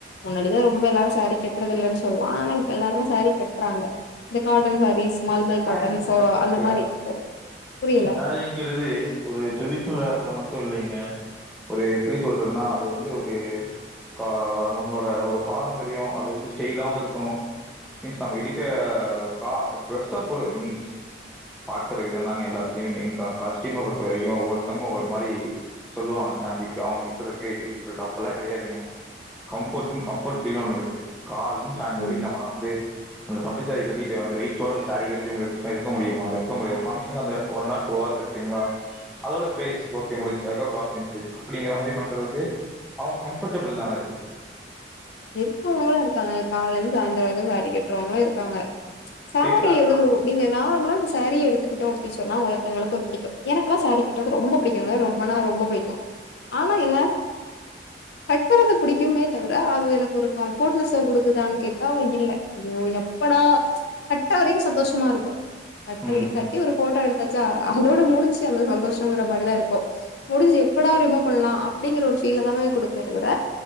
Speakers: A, on the left; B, in the centre.
A: முன்னாடிதா ரொம்ப எல்லாரு சாரி கெட்றதுல்லனு சொல்வோ ஆனா இப்ப எல்லாருமே சாரி கட்றாங்க இந்த காட்டன் சாரீஸ் மல்மல் காட்டன்
B: ஆ நீங்க
A: சோ
B: கட்டுங்க,
A: அந்த மாரி புரியல
B: சாரிங்கிறது ஒரு ட்ரெடிஷ் னல் வெர்ல மட்டு இல்லைங்க ஒரு எப்டி சொல்றதுனா அது வந்து ஒரு க நம்ளோட ஒரு பாரம்பரியோ அது வந்து ஸ்டைல்லாவு இருக்கு மீன்ஸ் நம்ம எடுக்க கா ட்ரெஸ் சா போடுங்க மீன்ஸ் பாக்குற விதந்தாங்க எல்லாத்துலியுமே மெயின் காரணம் காஸ்டியூம பொறுத்த வரைக்கு ஒவ்வொருத்தவங்க ஒவ்வொரு மாரி சொல்வாங்க எனக்கு இப் அவுங்களுக்கு இப்டிருக்கு இது அது அப்டில்லா கடையாதுங்க கம்ஃபோட்னு கம்ஃபோட் ஃபீல்னு ஒன்னு இருக்கு கால்லந்து சாயந்தர
A: ம்
B: வரைக்கு நம்மள வந்து அந்த ப ட்டு சாரி கட்டிட்டு அந்த வெயிட்டோட சாரி கட்டிட்டு உங்கள இருக்க சொன்னா இருக்க முடியுமா இருக்க முடியாது ஃபங்ஷன்க்கு அந்த ஒன் ஆர் டூ ஆர் கட்றிங்லா அதோட பேஸ் ஓகே முடிஞ்சு அதுக்கப்றோ காஸ்டியும் சேஞ் தா அப்படிங்கிற மாரி பண்றது வந்து அவுங்க கம்ஃபர்டபுள் தான இது
A: இருக்கவாங்கலா இருக்காங்க கால்லேந்து சாயந்தர வரைக்கு சாரி கட்றவங்களு இருக்காங்க சாரீ
B: இருக்காங்க
A: எது நஇங்க நார்மலா இந்த சேரீ எடுத்துக்குட்டோ அப்டி சொன்னா ஓஒர்த்தவங்களுக்கு ஒன்னு புடிக்கு எனக்குலா சாரி கட்றது ரொம்ப புடிக்குங்க ரொம்பனா ரொம்ப புடிக்கு ஆனா என்ன கட்டுறது புடிக்குமே தவிர அது எனக் கு ஒரு கம்ஃபோட்னஸ்ஸ குடுக்குதானு கேட்டா இல்ல, ஐயோ எப்படா கட்ற வரைக்கு சந்தோஷமா இருக்கு கத்தல்
B: ம்
A: கட்டி ஒரு போட்டோ எடுத் கன்சா அதோட முடிஞ்சு அந்த சந்தோஷங்குற மாரிதா இருக்கு முடிஞ்சு எப்படா ரிமு பண்லா அப்டிங்கிற ஒரு ஃபீல தான குடுக்கமே தவிர